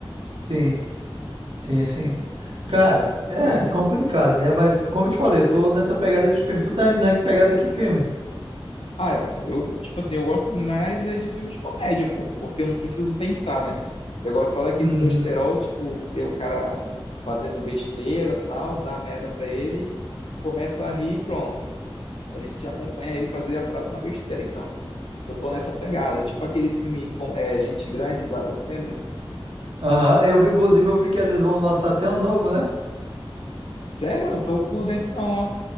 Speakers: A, on the right; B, on the left.
A: Sim. Sim, sim. Cara, é complicado, né? Mas como eu te falei, eu tô nessa pegada de filme. Tu tá na que pegada que filme?
B: Ah, é, pô, eu, tipo assim, eu gosto mais é de filme de comédia, pô, porque eu não preciso pensar, né? Eu gosto só daqueles
A: Uhum.
B: besterol, tipo, ver o cara fazendo besteira, tal, dá merda pra ele, começa a rir e pronto. A gente acompanha ele fazer a próxima besteira. Então, assim, eu tô nessa pegada. Tipo aquele filme com, é, Gente Grande, do Adam Sandler.
A: Aham, Eu vi, inclusive, eu vi que eles vão lançar até um novo, né?
B: Sério? Eu não tô por dentro não, ó.